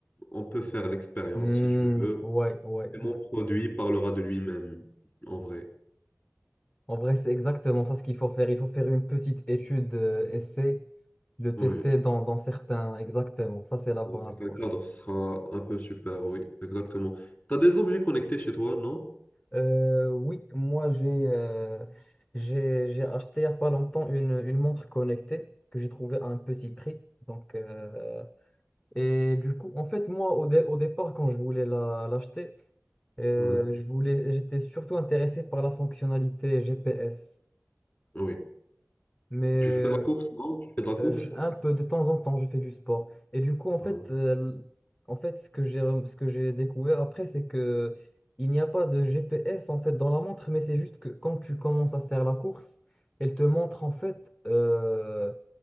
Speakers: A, on the left (about 40°); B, on the left (about 25°).
A: On peut faire l'expérience
B: là Hmm,
A: si tu veux,
B: ouais, ouais,
A: et mon
B: ouais.
A: produit parlera de lui-même, en vrai.
B: En vrai, c'est exactement ça ce qu'il faut faire. Il faut faire une petite étude, euh, essai, le tester
A: Oui,
B: dans, dans certains, exactement. Ça, c'est la
A: dans
B: bonne
A: certains
B: approche.
A: cadres, ce sera un peu super, oui, exactement. Tu as des objets connectés chez toi, non?
B: Euh, oui, moi j'ai euh, j'ai j'ai acheté il n'y a pas longtemps une, une montre connectée que j'ai trouvée à un petit prix. Donc, euh, et du coup, en fait, moi au, dé- au départ, quand je voulais la- l'acheter, euh,
A: Mhm.
B: je voulais, j'étais surtout intéressé par la fonctionnalité GPS.
A: Oui.
B: Mais
A: Tu fais de
B: euh,
A: la course, non? Tu fais de la course?
B: Euh, je- un peu de temps en temps, je fais du sport. Et du coup, en
A: Ah,
B: fait, euh, en fait, ce que j'ai rem- ce que j'ai découvert après, c'est que il n'y a pas de GPS en fait dans la montre, mais c'est juste que quand tu commences à faire la course, elle te montre en fait euh,